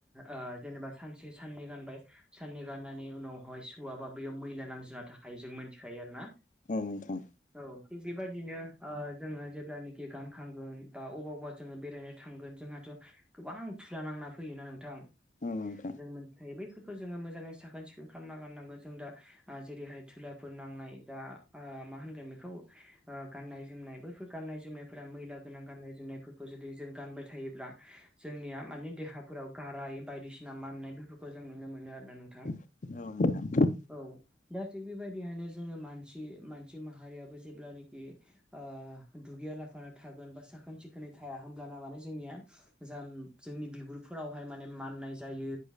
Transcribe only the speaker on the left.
औ नोंथां
औ नोंथांं
औ नोंथां।